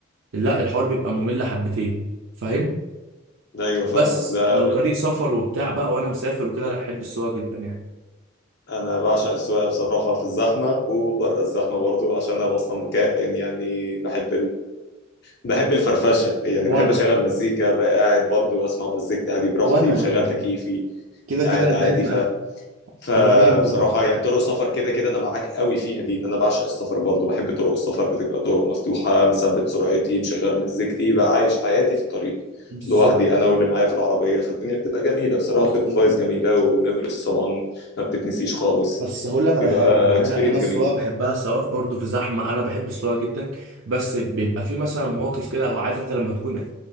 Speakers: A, on the right (about 65°); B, on the left (about 50°).
A: لا الحوار بيبقى ممل حبتين فاهم
B: لا ايوه فاهمك
A: بس
B: لا
A: لو طريق سفر وبتاع بقى وانا مسافر وكده لا احب السواقه جدا يعني
B: انا بعشق السواقه بصراحه في الزحمه وبره الزحمه برضو عشان انا اصلا كائن يعني بحب بحب الفرفشه يعني
A: وانا
B: بحب اشغل مزيكا بقى قاعد برضو اسمع مزيكتي عادي براحتي
A: وانا
B: بشغل تكييفي
A: كده
B: قاعد
A: كده انا
B: عادي
A: مايل
B: ف
A: معاك
B: فبصراحه
A: انا رايي من رايك
B: يعني طرق سفر كده كده انا معاك قوي فيها دي ان انا بعشق السفر برضو بحب طرق السفر بتبقى طرق مفتوحه مثبت سرعتي مشغل مزيكتي بقى عايش حياتي في الطريق
A: بالظبط
B: لوحدي انا واللي معايا في العربيه فالدنيا بتبقى جميله بصراحه
A: بالظبط
B: بتبقى فايز جميله وميموريز طبعا ما بتتنسيش خالص
A: بس هقول لك على
B: بيبقى
A: حاجه يعني
B: اكسبيرينس
A: انا انا السواقه
B: جميله
A: بحبها سواء برضه في زحمه انا بحب السواقه جدا بس بيبقى في مثلا مواقف كده او عارف انت لما تكون